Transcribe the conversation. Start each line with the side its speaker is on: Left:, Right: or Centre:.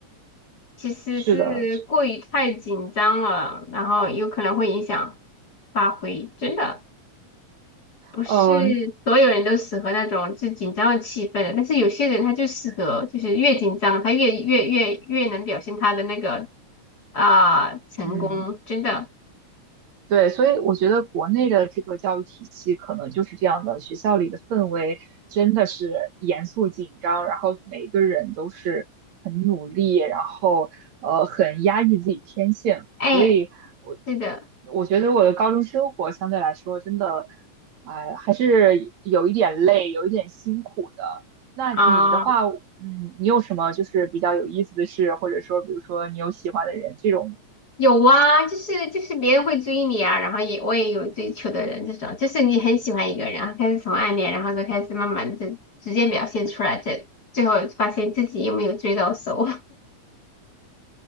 Left: 其实是过于太紧张了，
Right: 是的，
Left: 然后有可能会影响发挥。真的不是所有人都适合那种就紧张的气氛的，
Right: 呃，
Left: 但是有些人他就适合，就是越紧张他越越越越能表现他的那个啊、成功。
Right: 嗯。
Left: 真的，
Right: 对，所以我觉得国内的这个教育体系可能就是这样的，学校里的氛围真的是严肃紧张，然后每个人都是很努力，然后呃很压抑自己天性，
Left: 哎，
Right: 所以我
Left: 是的
Right: 我觉得我的高中生活相对来说真的，哎、还是有一点累，有一点辛苦。那你的话，
Left: 啊。
Right: 嗯，你有什么就是比较有意思的事，或者说比如说你有喜欢的人这种
Left: 有啊，就是就是别人会追你啊，然后也我也有追求的人，这种就是你很喜欢一个人，然后开始从暗恋，然后再开始慢慢的直接表现出来，这最后发现自己有没有追到手，